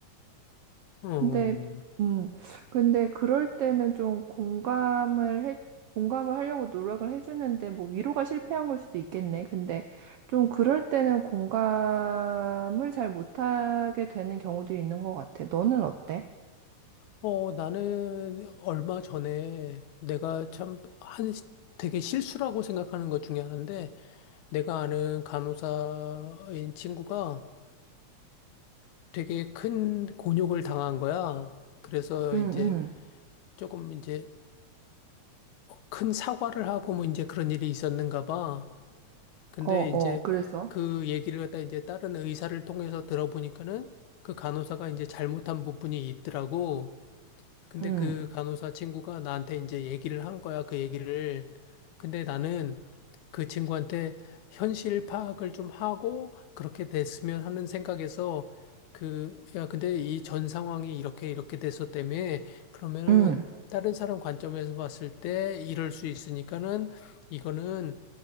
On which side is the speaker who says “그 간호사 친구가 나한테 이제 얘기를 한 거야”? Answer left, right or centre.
Left